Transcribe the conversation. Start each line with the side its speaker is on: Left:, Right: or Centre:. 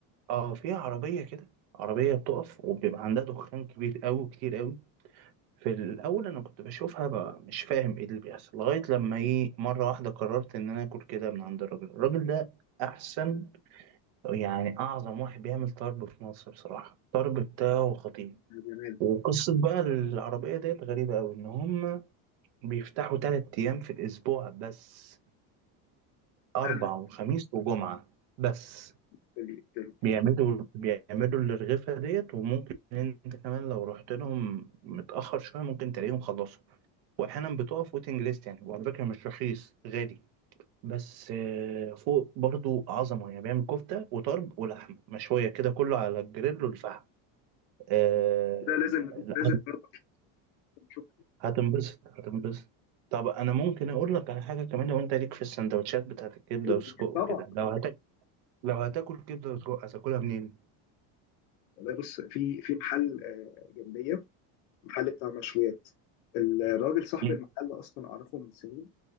Right: اه في عربيه كده عربيه بتقف وبيبقى عندها دخان كبير قوي كتير قوي في الاول انا كنت بشوفها بقى مش فاهم ايه اللي بيحصل لغايه لما ايه مره واحده قررت ان انا اكل كده من عند الراجل الراجل ده احسن يعني اعظم واحد بيعمل طرب في مصر بصراحه الطرب بتاعه خطير
Left: يا جمال
Right: وقصة بقى العربية ديت غريبة أوي إن هما بيفتحوا تلات أيام في الأسبوع بس أربع
Left: ده ال-
Right: وخميس وجمعة بس
Left: في ال- في ال-
Right: بيعملوا بيعملوا الرغيفة ديت وممكن أنت كمان لو رحت لهم متأخر شوية ممكن تلاقيهم خلصوا وأحيانا بتقف ويتنج ليست يعني وعلى فكرة مش رخيص غالي بس آه، فوق برضو عظمة يعني بيعمل كفتة وطرب ولحمة مشوية كده كله على الجريل والفحم آه،
Left: ده لازم
Right: لا
Left: لازم نروح نشوف
Right: هتنبسط هتنبسط طب انا ممكن اقول لك على حاجه كمان لو انت ليك في السندوتشات بتاعت الكبده
Left: قول
Right: والسجق
Left: لي. طبعا
Right: وكده لو هتاكل لو هتاكل كبده وسجق هتاكلها منين
Left: والله بص في في محل آه، جنبيه محل بتاع مشويات الراجل صاحب
Right: مم.
Left: المحل اصلا اعرفه من سنين